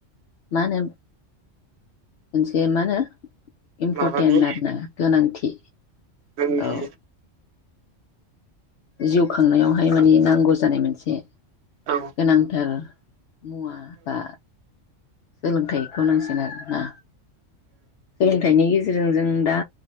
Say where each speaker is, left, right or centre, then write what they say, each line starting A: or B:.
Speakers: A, on the left; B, on the right.
A: मा होनो मोनसे मा होनो इमपरटेन्ट
B: माबानि
A: आरो ना गोनांथि
B: जोंनि
A: औ जिउ खांनायावहाय माने नांगौ जानाय मोनसे
B: औ औ
A: गोनांथार मुवा बा सोलोंथाइखौ नांसिनो आरोना सोलोंथाइनि गेजेरजों गेजेरजों जों दा